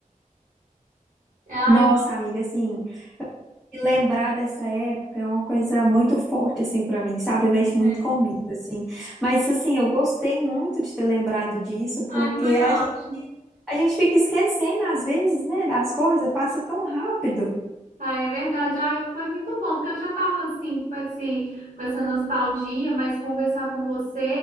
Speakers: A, on the right; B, in the centre.
A: <laughs>
B: Nossa,
A: Ai,
B: amiga, assim, e lembrar dessa época é uma coisa muito forte, assim, pra mim, sabe? Mexe
A: é.
B: muito comigo, assim. Mas, assim, eu gostei muito de ter lembrado disso,
A: Ai,
B: porque
A: foi ótimo.
B: a gente, a gente fica esquecendo, às vezes, né, das coisas, passa tão rápido.
A: Ah, é verdade. Ah, eu- foi muito bom, porque eu já estava assim, com esse, com essa nostalgia, mas conversar com você